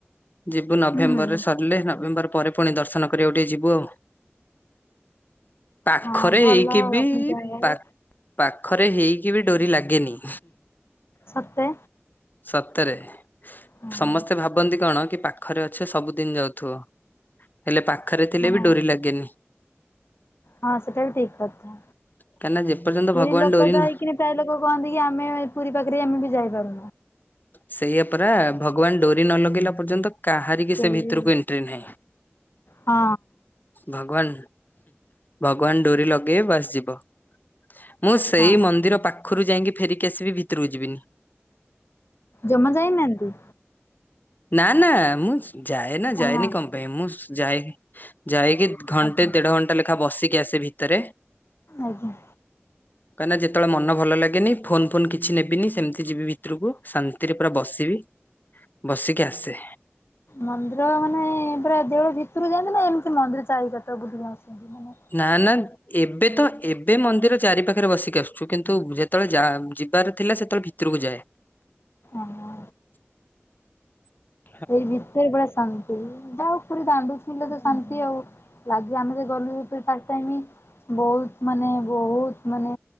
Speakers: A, on the left; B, on the left.
A: ଯିବୁ ନଭେମ୍ବରରେ
B: ହୁଁ ହୁଁ
A: ସ ସରିଲେ ନଭେମ୍ବର ପରେ ପୁଣି ଦର୍ଶନ କରିବାକୁ ଟିକେ ଯିବୁ ଆଉ। ପାଖରେ
B: ହଁ ଭଲ
A: ହେଇକି ବି
B: ଆପଣ ଯାହା
A: ପା
B: ହଉ
A: ପାଖରେ ହେଇକି ବି ଡୋରି ଲାଗେନି।
B: ସତେ?
A: ସତେରେ।
B: ହଁ
A: ସମସ୍ତେ ଭାବନ୍ତି କଣ କି ପାଖରେ ଅଛେ ସବୁ ଦିନ ଯାଉଥିବ। ହେଲେ ପାଖରେ ଥିଲେ
B: ହଁ
A: ବି ଡୋରି ଲାଗେନି।
B: ହଁ ସେଟା ବି ଠିକ କଥା।
A: କାହିଁକିନା ଯେପର୍ଯ୍ୟନ୍ତ
B: ପୁରୀ
A: ଭଗବାନ
B: ଲୋକ
A: ଡୋରି
B: ତ
A: ନ
B: ହେଇକିନି ପ୍ରାୟ ଲୋକ କହନ୍ତି କି? ଆମେ ପୁରୀ ପାଖରେ ଆମେ ବି ଯାଇପାରୁନୁ।
A: ସେଇଆ ପରା ଭଗବାନ ଡୋରି ନ ଲଗେଇଲା ପର୍ଯ୍ୟନ୍ତ କାହାରିକି
B: କେହି
A: ସେ ଭିତରୁକୁ
B: ବି
A: ଏଣ୍ଟ୍ରି ନାହିଁ।
B: ହଁ
A: ଭଗବାନ! ଭଗବାନ ଡୋରି ଲଗେଇବେ ବାସ ଯିବ। ମୁଁ ସେଇ
B: ହଁ
A: ମନ୍ଦିର ପାଖରୁ ଯାଇକି ଫେରିକି ଆସିବି ଭିତରକୁ ଯିବିନି।
B: ଜମା ଯାଇନାହାନ୍ତି?
A: ନା ନା ମୁଁ ସ୍‌ ଯାଏ ନା
B: ହଁ
A: ଯାଏନି କଣ ପାଇଁ ମୁଁ ସ୍‌ ଯାଇ ଯାଇକି ଘଣ୍ଟେ
B: ଆଜ୍ଞା
A: ଦେଢ ଘଣ୍ଟା ଲେଖା ବସିକି ଆସେ ଭିତରେ।
B: ଆଜ୍ଞା।
A: କାଇଁନା ଯେତବେଳେ ମନ ଭଲ ଲାଗେନି ଫୋନ ଫୋନ କିଛି ନେବିନି। ସେମତି ଯିବି ଭିତରୁକୁ ଶାନ୍ତିରେ ପୁରା ବସିବି ବସିକି ଆସେ।
B: ମନ୍ଦିର ମାନେ ପୁରା ଦେଉଳ ଭିତରୁ ଯାଆନ୍ତି ନା ଏମିତି ମନ୍ଦିର ଚାରି ପଟ ବୁଲିକି ଆସନ୍ତି? ମାନେ
A: ନା ନା ଏବେ ତ ଏ ଏବେ ମନ୍ଦିର ଚାରି ପାଖରେ ବସିକି ଆସୁଛୁ। କିନ୍ତୁ ଯେତେବେଳେ ଯିବାର ଥିଲା ସେତେବେଳେ ଭିତରକୁ ଯାଏ।
B: ଓହୋ।
A: <inaudible>
B: ସେଇ ଭିତରେ ପୁରା ଶାନ୍ତି। ଯାହା ହଉ ପୁରୀ ଦାଣ୍ଡରେ ଥିଲେ ତ ଶାନ୍ତି ଆଉ। ଲାଗିବ ଆମେ ସେ ଗଲୁ <inaudible> ବହୁତ ମାନେ ବହୁତ ମାନେ